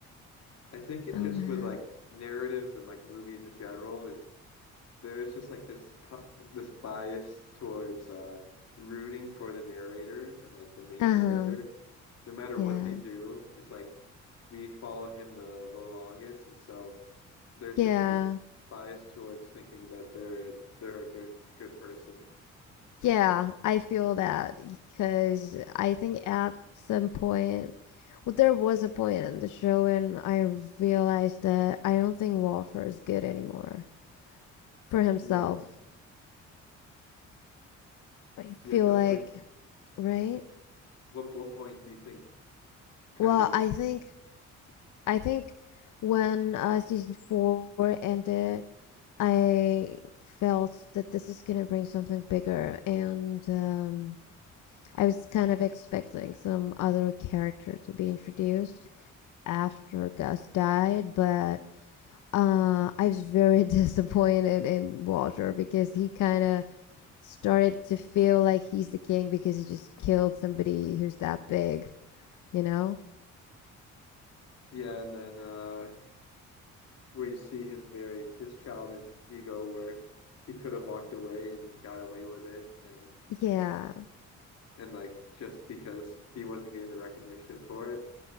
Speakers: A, on the left; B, on the left.
A: I think it's
B: Oh
A: just
B: man.
A: with like narratives and like movies in general is there's just like this co this bias towards uh, rooting for the narrator and like the main
B: Uh-huh.
A: character, no matter
B: Yeah.
A: what they do. It's like we follow him the, the longest, and so. there's
B: Yeah.
A: just this bias towards thinking that they're they're a good good person.
B: Yeah. I feel that because I think at some point, well, there was a point in the show and I realized that I don't think Walter is good anymore for himself.
A: Yeah,
B: I
A: yeah,
B: feel
A: definitely.
B: like, right?
A: What what point do you think kind
B: Well,
A: of
B: I think, I think when uh, season four ended, I felt that this is gonna bring something bigger and, um, I was kind of expecting some other character to be introduced after Gus died, but uh, I was very <laughs> disappointed in Walter because he kind of started to feel like he's the king because he just killed somebody who's that big, you know?
A: yeah, and then uh where you see his very his childish ego where he could have walked away and got away with it and
B: Yeah,
A: and like just because he wasn't getting the recognition for it